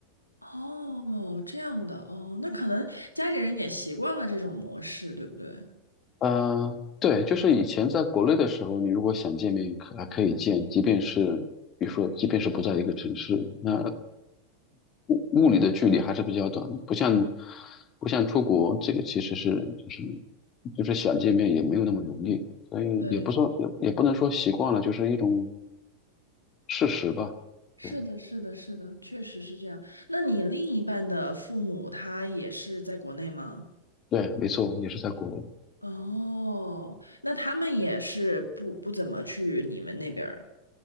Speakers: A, on the left (about 80°); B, on the left (about 30°).
A: 哦，这样的哦，那可能家里人也习惯了这种模式，对不对？
B: 嗯、对，就是以前在国内的时候，你如果想见面，可还可以见，即便是比如说，即便是不在一个城市，那物物理的距离还是比较短，不像不像出国，这个其实是就是就是想见面也没有那么容易，所以也不说也也不能说习惯了，
A: 对，
B: 就是一种事实吧。
A: 是的，
B: 对
A: 是的，是的，确实是这样。那你另一半的父母他也是在国内吗？
B: 对，没错，也是在国内。
A: 哦，那他们也是不不怎么去你们那边儿。